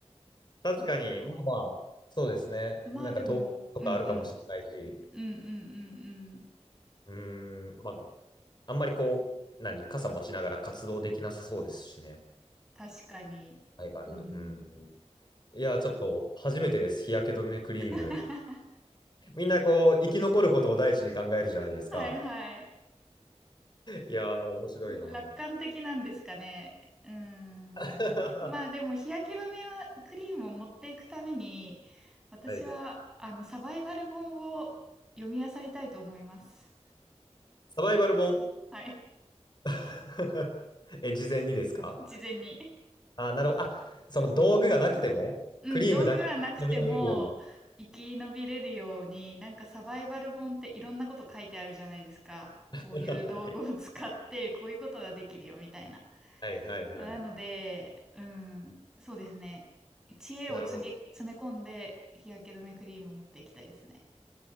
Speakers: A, on the left (about 40°); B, in the centre.
A: 確かに、まあまあ、そうですね。
B: まあでも、
A: なんかどうとかあるかもしれないし、
B: うんうん。うんうんうんうん。
A: うーん、まあ、あんまりこう、何、傘持ちながら活動できなさそうですしね。
B: 確かに。
A: ライバル。
B: うん。
A: うん。いや、ちょっと、初めてです。日焼け止めクリーム。
B: <laughs>
A: みんなこう、生き残ることを第一に考えるじゃないですか。
B: はいはい。
A: いやー、面白いな。
B: 楽観的なんですかね。
A: <laughs>
B: うーん。
A: は
B: まあでも日焼け止めはクリームを持っていくために、私はあのサバイバル本を読み漁りたいと思います。
A: い。サバイバル本。
B: はい。
A: <laughs> え、事前にですか
B: 事前に。
A: あ、なるほど。あ、その道具がなくても、
B: うん、
A: クリームだけ。
B: 道具がなくても生き延びれるように、
A: 食べられるような。
B: なんかサバイバル本っていろんなこと書いてあるじゃないですか。こういう道具を使ってこういうことができるよみたいな。
A: <laughs> はいはいはいはい。
B: なので、うん、そうですね。知恵を詰め、
A: なるほど。
B: 詰め込んで日焼け止めクリームを持っていきたいですね。